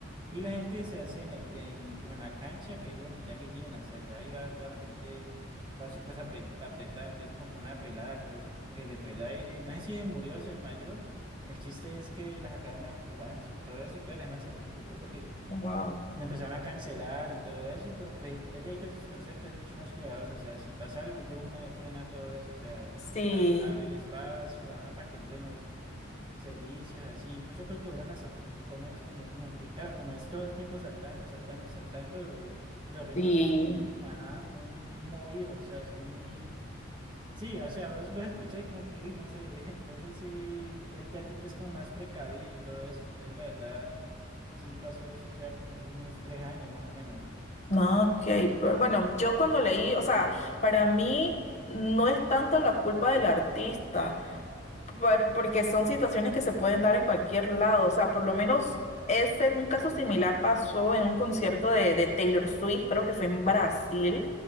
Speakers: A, on the right; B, on the left.
A: Y la gente se hace en el, en- como en la cancha, que es donde ya se llena, o sea, ya iba toda la gente, va súper ape- apretada, entonces como que una pelada, creo que como que se le fue el aire, no sé si se murió o se desmayó, el chiste es que la sacaron a ambulancia y todo eso, y claro, el man se preocupó porque
B: wow.
A: le empezaron a cancelar y todo eso, pero pues él ya ahorita en sus conciertos es mucho más cuidadoso, o sea, si pasa algo, él de una frena todo eso, o sea,
B: Sí,
A: a- eh, abre el espacio, ajá, para que entren los servicios, así. Incluso creo que duran hasta un poquitico menos por lo mismo, porque claro, como es todo el tiempo saltando, saltando, saltando, y los ritmos
B: sí.
A: son muy, ajá, muy movidos, o sea, son muy... Sí, o sea, vos los escuchas y como que, uy, no sé, <laughs> entonces sí, el teatro es como más precavido y todo eso, entonces la verdad, sí pasó eso ya como hace unos tres años más o menos.
B: No, ok. pero bueno, yo cuando leí, o sea, para mí no es tanto la culpa del artista, por- porque son situaciones que se pueden dar en cualquier lado. O sea, por lo menos ese, un caso similar pasó en un concierto de, de Taylor Swift, creo que fue en Brasil.